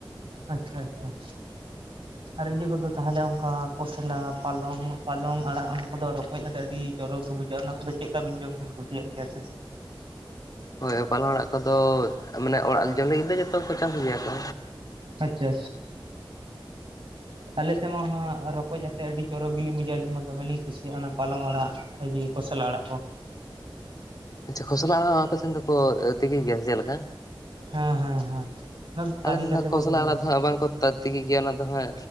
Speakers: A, on the right; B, on the left.
A: ᱟᱪᱪᱷᱟ ᱟᱪᱪᱷᱟ᱾ ᱟᱨ ᱤᱭᱟᱹ ᱠᱚᱫᱚ ᱛᱟᱦᱚᱞᱮ ᱚᱝᱠᱟ ᱠᱚᱥᱞᱟ ᱯᱟᱞᱚᱝ ᱯᱟᱞᱚᱝ ᱟᱲᱟᱜ ᱚᱱᱟ ᱠᱚᱫᱚ ᱨᱚᱠᱚᱡ ᱟᱛᱮ ᱟᱹᱰᱤ ᱪᱚᱨᱚᱠ ᱜᱮ ᱵᱩᱡᱷᱟᱹᱜᱼᱟ ᱚᱱᱟ ᱠᱚᱫᱚ ᱪᱮᱫ ᱞᱮᱠᱟ ᱵᱤᱱ ᱡᱚᱢ ᱵᱤᱱ ᱠᱩᱥᱤᱭᱟᱜ ᱜᱮᱭᱟ ᱥᱮ?
B: ᱦᱳᱭ ᱯᱟᱞᱚᱝ ᱟᱲᱟᱜ ᱠᱚᱫᱚ ᱢᱟᱱᱮ ᱚᱲᱟᱜ ᱡᱚᱢ ᱞᱟᱹᱜᱤᱫ ᱫᱚ ᱡᱚᱛᱚ ᱠᱚ ᱪᱟᱥ ᱜᱮᱭᱟ ᱠᱚ,
A: ᱟᱪᱪᱷᱟ᱾ ᱟᱞᱮ ᱥᱮᱫ ᱢᱟ ᱚᱱᱟ ᱨᱚᱠᱚᱡ ᱟᱛᱮ ᱟᱹᱰᱤ ᱪᱚᱨᱚᱠ ᱜᱮᱞᱤᱧ ᱵᱩᱡᱷᱟᱹᱣ ᱟᱞᱤᱧ ᱢᱟ ᱫᱚᱢᱮᱞᱤᱧ ᱠᱩᱥᱤᱭᱟᱜᱼᱟ ᱚᱱᱟ ᱯᱟᱞᱚᱝ ᱟᱲᱟᱜ <unintelligible> ᱠᱚᱥᱞᱟ ᱟᱲᱟᱜ ᱠᱚ᱾
B: ᱟᱪᱪᱷᱟ ᱠᱷᱚᱥᱞᱟ ᱟᱲᱟᱜ ᱦᱚᱸ ᱟᱯᱮ ᱴᱮᱱ ᱫᱚᱠᱚ ᱛᱤᱠᱤ ᱜᱮᱭᱟ ᱥᱮ ᱪᱮᱫ ᱞᱮᱠᱟ?
A: ᱦᱮᱸ ᱦᱮᱸ ᱚᱱᱟ ᱦᱮᱸ᱾ ᱛᱟᱲᱤ
B: ᱟᱞᱮ ᱥᱮ
A: ᱠᱟᱛᱮ
B: ᱫᱚ ᱠᱷᱚᱥᱞᱟ
A: ᱠᱚ ᱟᱹᱠᱷᱨᱤᱧᱟ
B: ᱟᱲᱟᱜ ᱫᱚ ᱦᱟᱸᱜ ᱵᱟᱝ ᱠᱚ ᱛᱟᱹᱨ ᱛᱜᱤ ᱜᱮᱭᱟ ᱚᱱᱟ ᱫᱚ ᱦᱟᱸᱜ